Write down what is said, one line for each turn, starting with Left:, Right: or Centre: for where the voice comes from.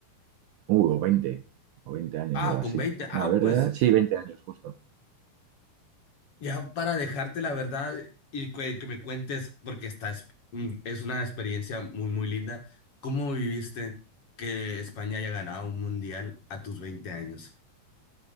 Right: Uh, o 20, o 20 años,
Left: Ah,
Right: algo
Left: con
Right: así.
Left: 20. Ah,
Right: No, a ver,
Left: pues
Right: eh, sí, 20 años justo.
Left: ya para
Right: Sí,
Left: dejarte
Right: sí.
Left: la verdad y que, que me cuentes, porque esta es, mm, es una experiencia muy, muy linda, ¿cómo viviste que España haya ganado un mundial a tus 20 años?